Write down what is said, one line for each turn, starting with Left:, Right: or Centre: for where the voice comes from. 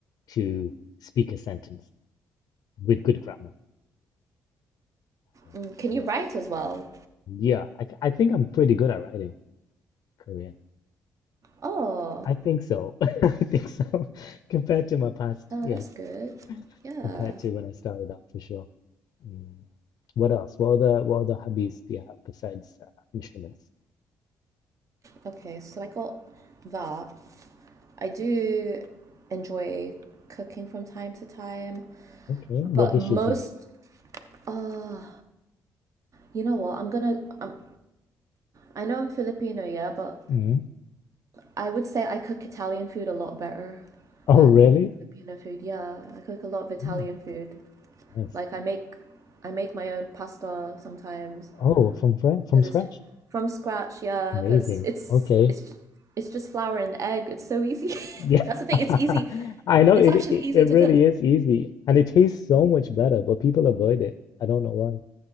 Left: to speak a sentence with good grammar. Um,
Right: mm. Can
Left: yeah.
Right: you write as well?
Left: Yeah. I, th- I think I'm pretty good at writing Korean.
Right: Oh,
Left: I think so. <laughs> I think so. <laughs> Compared to my past,
Right: oh,
Left: yes.
Right: that's good. Yeah.
Left: Compared to when I started out, for sure. Mm. What else? What other what other hobbies do you have besides uh, instruments?
Right: Okay, so I got that. I do enjoy cooking from time to time,
Left: Okay. What
Right: but
Left: dishes
Right: most.
Left: do you make?
Right: Uh, You know what? I'm gonna. I'm, I know I'm Filipino, yeah, but
Left: Mm.
Right: I would say I cook Italian food a lot better
Left: Oh,
Right: than
Left: really?
Right: Filipino food. Yeah, I cook a lot of Italian
Left: Oh,
Right: food.
Left: nice.
Right: Like I make, I make my own pasta sometimes
Left: Oh, from fra- from
Right: because
Left: scratch.
Right: it's from scratch. Yeah,
Left: Amazing.
Right: because it's
Left: Okay.
Right: it's ju- it's just flour and egg. It's so easy.
Left: Yeah,
Right: <laughs> That's the thing. It's
Left: <laughs>
Right: easy.
Left: I know
Right: It's
Left: it,
Right: actually
Left: it
Right: easy
Left: it
Right: to
Left: really
Right: cook.
Left: is easy and it tastes so much better, but people avoid it. I don't know why.